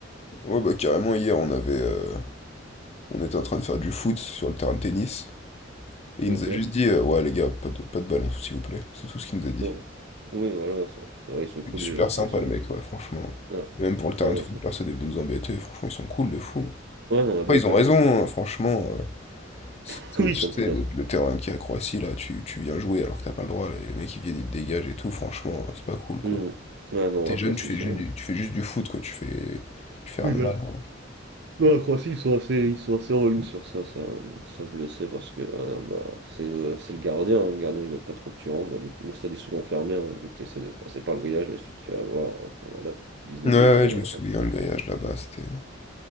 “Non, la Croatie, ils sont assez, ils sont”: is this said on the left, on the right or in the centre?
Right